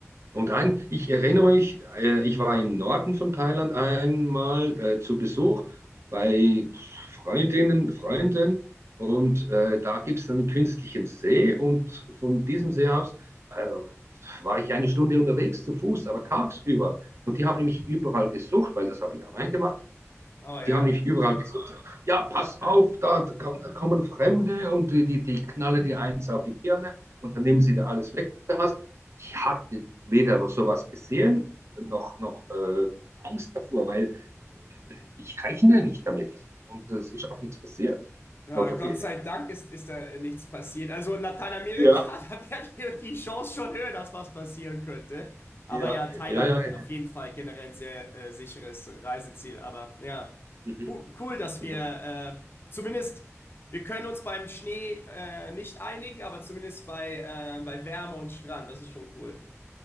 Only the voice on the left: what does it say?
Oh ja.
<laughs>
Äh,
Gott sei Dank ist, ist da nichts passiert. Also in Lateinamerika,
<laughs> da wäre die Chance schon höher, dass was passieren könnte. Aber
ja, Thailand
äh,
auf jeden Fall generell ein sehr äh, sicheres Reiseziel. Aber ja,
cool, cool, dass
wir äh, zumindest, wir können uns beim Schnee äh, nicht einigen, aber zumindest bei, äh, bei Wärme und Strand, das ist schon cool.